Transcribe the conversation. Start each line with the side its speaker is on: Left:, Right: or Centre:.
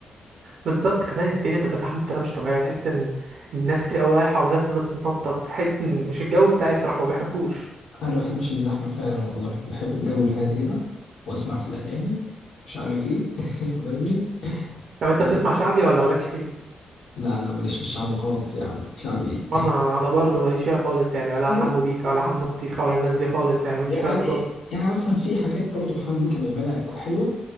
Right: بالظبط كمان الدنيا بتبقى زحمه بطريقه مش طبيعيه تحس ان الناس كتير قوي رايحه والناس بتفضل تتنطط تحس ان مش الجو بتاعي بصراحه ما بحبوش
Left: انا ما بحبش الزحمه فعلا والله بحب الجو الهادي كده واسمع في الاغاني مش عارف ايه <laughs> فاهمني
Right: طب انت بتسمع
Left: أنا-
Right: شعبي ولا مالكش فيه
Left: لا لا ماليش في الشعب خالص يا عم شعب ايه
Right: انا انا برضو ماليش فيها خالص يعني ولا
Left: <laughs>
Right: حمو بيكا ولا حمو الطيخه ولا الناس دي خالص يعني ماليش
Left: يعني
Right: فيها اطلاقا
Left: يعني مثلا في حاجات برضو حمو بيكا بيعملها حلوه